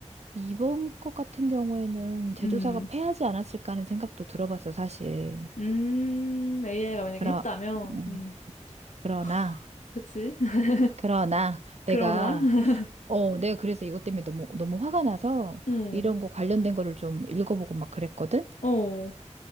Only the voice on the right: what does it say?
이번 것 같은 경우에는 제조사가
패하지 않았을까 하는 생각도 들어봤어, 사실.
그러,
음,
그러나,
그러나 내가,
어, 내가 그래서 이것 때문에 너무, 너무 화가 나서
이런 거 관련된 거를 좀 읽어보고 막 그랬거든?